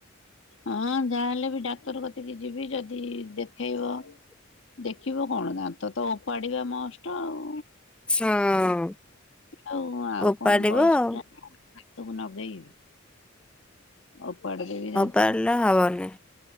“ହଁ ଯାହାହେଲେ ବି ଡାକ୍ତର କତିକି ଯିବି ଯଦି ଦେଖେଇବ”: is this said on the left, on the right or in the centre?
Left